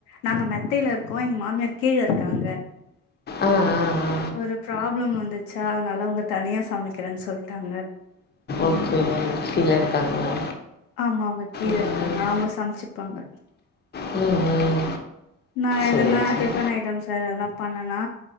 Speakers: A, on the left (about 70°); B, on the left (about 20°).
A: நாங்க மெத்தையில இருக்கோம் எங்க மாமியார் கீழ இருக்காங்க
B: ஆ ஆ ஆ
A: ஒரு பிராப் வந்துச்சா அதனால உங்க தனியா சமைக்கிறேன்னு சொல்லிட்டாங்க
B: ஓகே இருக்காங்களா
A: ஆமா அவங்க கீழே
B: ம்
A: இருக்காங்க அவங்க சமைச்சு வப்பாங்க
B: ம் ம்
A: நா எதனா
B: சேரி சேரி
A: டிஃபன் ஐட்டம் சார் எதுனா பண்ணனா